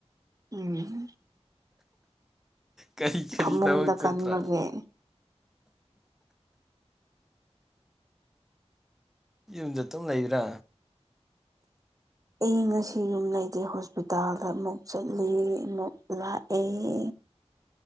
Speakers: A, on the right; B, in the centre.
A: ꯎꯝ
B: ꯀꯔꯤ ꯀꯔꯤ
A: ꯐꯃꯨꯡꯗ
B: ꯊꯕꯛ ꯆꯠꯇ꯭ꯔꯥ
A: ꯀꯟꯕꯒꯤ
B: ꯌꯨꯝꯗ ꯑꯗꯨꯝ ꯂꯩꯕ꯭ꯔꯥ
A: ꯑꯩ ꯉꯁꯤ ꯌꯨꯝ ꯂꯩꯩꯗꯦ ꯍꯣꯁꯄꯤꯇꯥꯜꯗ ꯑꯃꯨꯛ ꯆꯠꯂꯤ ꯑꯃꯨꯛ ꯂꯥꯛꯑꯦ